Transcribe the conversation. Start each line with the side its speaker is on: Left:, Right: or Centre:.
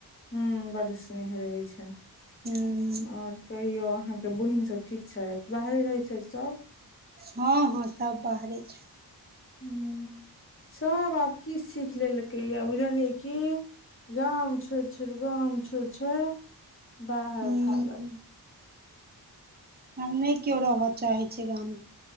Left: हू बड स्नेह रहै छनि
Right: हूँ
Left: आओर कहियौ अहाँके बहिन सब ठीक छथि बाहरे रहै छथि सभ
Right: हँ हँ सब बाहरे छै
Left: हूं सब आब की सिख लेलकै या बुझलियै की गाम छोड़ि छोड़ि गाम छोड़ि छड़ बाहर
Right: हूँ
Left: भागत
Right: आ नहि कियो रहा चाहे छै गाम